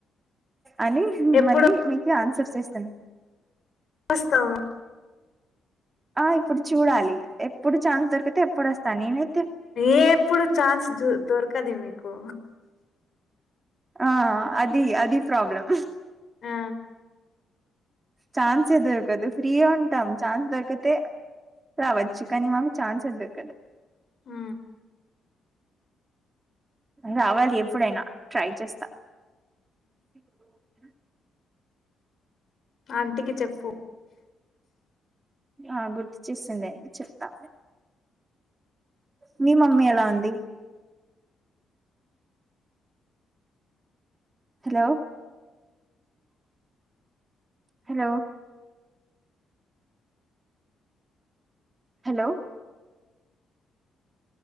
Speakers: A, on the right; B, on the left.
A: అని
B: ఎప్పుడు
A: మళ్ళీ మీ కి ఆన్సర్స్ చేస్తాను
B: వాస్కా
A: ఆ ఇప్పుడు చూడాలి ఎప్పుడు ఛాన్స్ దొరికితే అప్పుడు వస్తా నేనే
B: ఏ ఎప్పుడు ఛాన్స్ దొ దొరకది మీకు
A: ఆ అది అది ప్రాబ్లం
B: హు
A: ఛాన్స్ ఏ దొరకదు ఫ్రీగా ఉంటాం ఛాన్స్ దొరికితే రావచ్చు కానీ మాకు ఛాన్స్ ఏ దొరకదు
B: హు
A: రావాలి ఎప్పుడైనా ట్రై చేస్తా <unintelligible>
B: ఆంటికి చెప్పు
A: ఆ గుర్తు చేసిందే చెతా మీ మమ్మీ ఎలా ఉంది hello hello hello